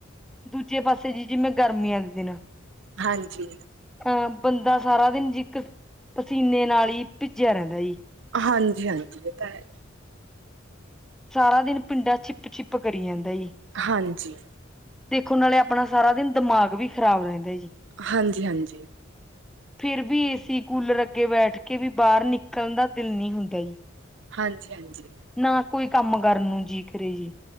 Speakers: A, in the centre; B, on the right.
A: ਦੂਜੇ ਪਾਸੇ ਜੀ, ਜਿਵੇਂ ਗਾਰਮੀਆਂ ਦੇ ਦਿਨ
B: ਹਾਂਜੀ।
A: ਅਹ ਬੰਦਾ ਸਾਰਾ ਦਿਨ ਜ ਇੱਕ, ਪਸੀਨੇ ਨਾਲ ਹੀ ਭਿੱਜਿਆ ਰਹਿੰਦਾ ਜੀ।
B: ਹਾਂਜੀ-ਹਾਂਜੀ, ਇਹ ਤਾ, ਹੈ।
A: ਸਾਰਾ ਦਿਨ ਪਿੰਡਾ, ਚਿੱਪ-ਚਿੱਪ ਕਰੀ ਜਾਂਦਾ ਈ।
B: ਹਾਂਜੀ
A: ਦੇਖੋ ਨਾਲੇ ਆਪਣਾ, ਸਾਰਾ ਦਿਨ ਦਿਮਾਗ ਵੀ ਖ਼ਰਾਬ ਰਹਿੰਦਾ ਜੀ।
B: ਹਾਂਜੀ, ਹਾਂਜੀ।
A: ਫਿਰ ਵੀ ਏਸੀ, ਕੂਲਰ ਅੱਗੇ ਬੈਠ ਕੇ ਵੀ, ਬਾਹਰ ਨਿਕਲਣ ਦਾ ਦਿਲ ਨ ਹੁੰਦਾ
B: ਹਾਂਜੀ-ਹਾਂਜੀ।
A: ਨਾ ਕੋਈ, ਕੰਮ ਕਰਨ ਨੂੰ ਜੀ ਕਰੇ ਜੀ।